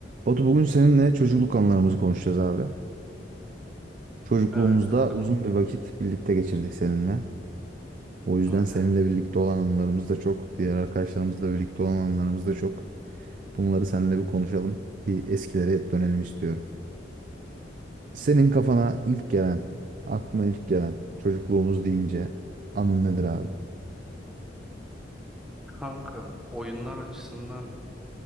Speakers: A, on the right; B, in the centre.
A: Batu bugün seninle çocukluk anılarımızı konuşacağız abi. Çocukluğumuzda
B: Evet kanka
A: uzun bir vakit birlikte geçirdik seninle. O yüzden
B: öyle.
A: seninle birlikte olan anılarımız da çok. Diğer arkadaşlarımızla birlikte olan anılarımız da çok. Bunları seninle bir konuşalım. Bir eskilere dönelim istiyorum. Senin kafana ilk gelen, aklına ilk gelen çocukluğumuz deyince anın nedir abi?
B: Kanka oyunlar açısından